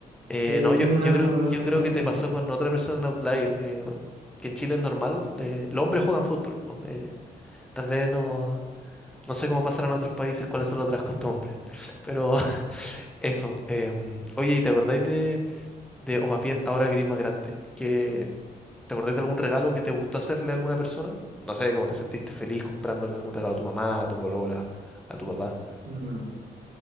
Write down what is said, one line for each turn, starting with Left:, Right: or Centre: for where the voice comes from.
Centre: Eh,
Right: que hayas
Centre: no, yo,
Right: tenido un
Centre: yo
Right: arco
Centre: creo,
Right: por lo menos
Centre: yo
Right: para
Centre: creo
Right: jugar
Centre: que
Right: solo.
Centre: te pasó con otra persona en Outlier, eh, que en Chile es normal, eh, los hombres juegan fútbol, po, eh, tal vez no, no sé cómo pasará en otros países, cuáles son las otras costumbres, pero <laughs> eso. em, oye, ¿y te acordáis de, de, o más bien ahora que eres más grande, que te acordáis de algún regalo que te gustó hacerle a alguna persona? No sé, cómo te sentiste feliz comprándole algún regalo a tu mamá, a tu polola, a tu papá.
Right: Mm.